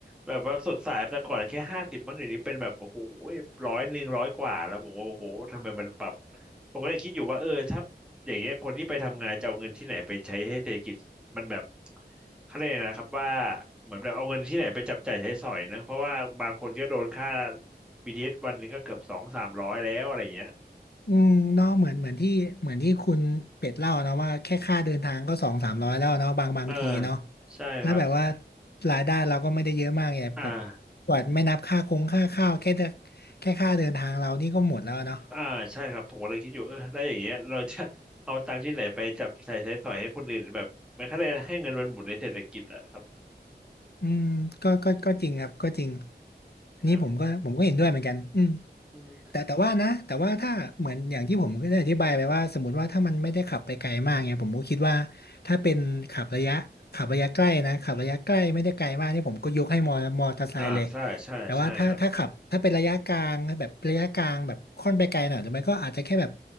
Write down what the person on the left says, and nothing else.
อืมเนาะเหมือนเหมือนที่เหมือนที่คุณเป็ดเล่านะว่าแค่ค่าเดินทางก็สองสามร้อยแล้วเนาะบางบางทีเนาะ
แล้วแบบว่ารายได้เราก็ไม่ได้เยอะมากไงแบบ
กว่าไม่นับค่าคงค่าข้าวแค่จะแค่ค่าเดินทางเรานี่ก็หมดแล้วเนาะ
อืมก็ก็ก็จริงครับก็จริง
อันนี้ผมก็ผมก็เห็นด้วยเหมือนกันอืม
แต่แต่ว่านะแต่ว่าถ้าเหมือนอย่างที่ผมก็ได้อธิบายไปว่าสมมติว่าถ้ามันไม่ได้ขับไปไกลมากเนี่ยผมก็คิดว่าถ้าเป็นขับระยะขับระยะใกล้นะขับระยะใกล้ไม่ได้ไกลมากนี่ผมก็ยกให้มอมอเตอร์ไซค์เลย
แต่ว่าถ้าถ้าขับถ้าเป็นระยะกลางแบบระยะกลางแบบค่อนไปไกลหน่อยหรือไม่ก็อาจจะแค่แบบ